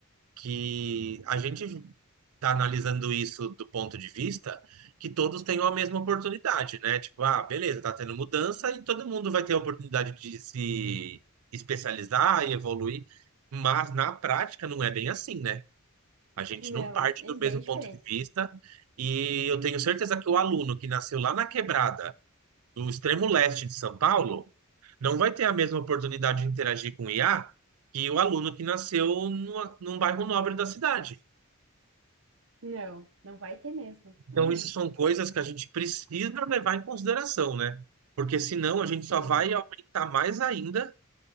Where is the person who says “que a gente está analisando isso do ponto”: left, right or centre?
Right